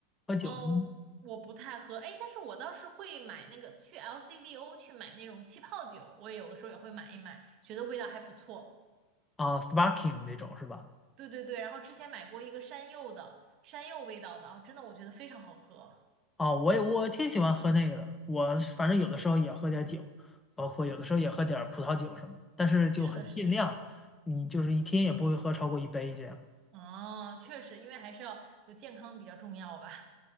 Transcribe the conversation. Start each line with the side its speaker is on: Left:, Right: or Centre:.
Left: 喝酒吗
Right: 哦，我不太喝，哎，但是我倒是会买那个去 LCBO 去买那种气泡酒，我也有的时候也会买一买，觉得味道还不错。
Left: 啊，sparkling 那种是吧？
Right: 对对对，然后之前买过一个山柚的，山柚味道的，哦，真的我觉得非常好喝。
Left: 哦，我也我挺喜欢喝那个的，我是反正有的时候也喝点儿酒，包括有的时候也喝点儿葡萄酒什么的，但是就很尽量，
Right: 是的，是的。
Left: 你就是一天也不会喝超过一杯这样
Right: 哦，确实，因为还是要有健康比较重要吧。